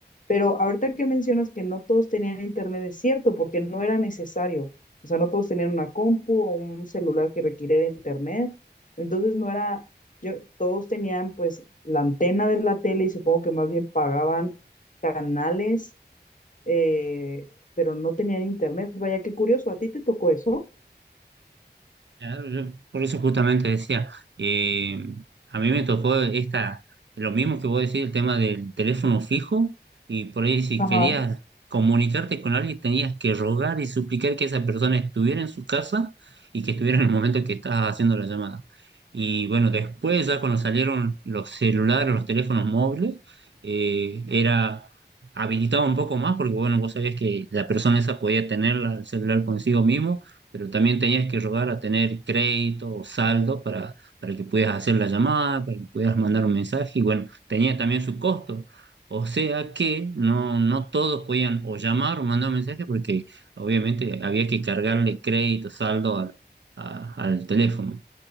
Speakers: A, on the left; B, on the right.
A: pero ahorita que mencionas que no todos tenían internet, es cierto, porque no era necesario. O sea, no todos tenían una compu o un celular que requiriera internet. Entonces no era, yo, todos tenían pues la antena de la tele y supongo que más bien pagaban canales eh, pero no tenían internet. Vaya, qué curioso, ¿a ti te tocó eso?
B: Claro, yo por eso justamente decía, eh, a mí me tocó esta, lo mismo que vos decís, el tema del teléfono fijo, y por ahí si
A: Ajá,
B: querías comunicarte con alguien tenías que rogar y suplicar que esa persona estuviera en su casa y que estuviera en el momento que estabas haciendo la llamada. Y bueno, después ya cuando salieron los celulares, los teléfonos móviles, eh, era habilitado un poco más porque bueno, vos sabías que la persona esa podía tener la- el celular consigo mismo pero también tenías que rogar a tener crédito o saldo para, para que pudieras hacer la llamada, para que pudieras mandar un mensaje, y bueno, tenía también su costo. O sea que no, no todos podían o llamar o mandar un mensaje porque obviamente había que cargarle crédito, saldo al, a- al teléfono.